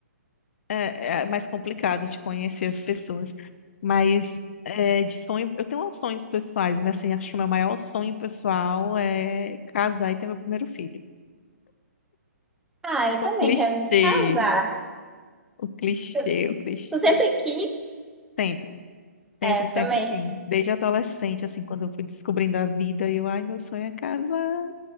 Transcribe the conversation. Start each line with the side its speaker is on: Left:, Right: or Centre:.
Left: é, é mais complicado de conhecer as pessoas. Mas é, de sonho, eu tenho uns sonhos pessoais, mas assim, acho que o meu maior sonho pessoal é casar e ter meu primeiro filho.
Centre: Ah, eu
Left: O
Centre: também
Left: clichê,
Centre: quero me casar.
Left: o clichê,
Centre: Eu,
Left: o clichê.
Centre: eu sempre quis,
Left: sempre Sempre,
Centre: é,
Left: sempre
Centre: também.
Left: quis. Desde adolescente, assim, quando eu fui descobrindo a vida, eu, ai, meu sonho é casar,